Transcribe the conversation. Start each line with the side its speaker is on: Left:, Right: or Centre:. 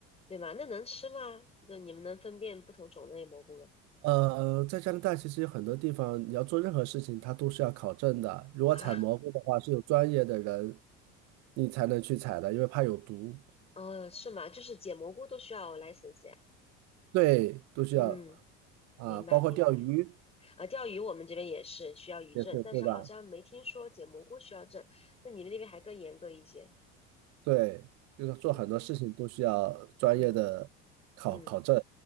Left: 对吧？那能吃吗？对，你们能分辨不同种类蘑菇吗？
Right: 呃，在加拿大其实有很多地方，你要做任何事情，它都是要考证的。如果采蘑菇的话，
Left: 啊，
Right: 是有专业的人，你才能去采的，因为怕有毒。
Left: <laughs> 哦，是吗？就是捡蘑菇都需要 license 呀？
Right: 对，都需要
Left: 嗯，
Right: 啊，
Left: 明白明白。
Right: 包括钓鱼
Left: 啊，钓鱼我们这边也是需要渔证，
Right: 也是，
Left: 但是好像没听说捡蘑菇需要证。
Right: 对吧？
Left: 那你们那边还更严格一些？
Right: 对，就是做很多事情都需要专业的考考证。
Left: 嗯嗯嗯，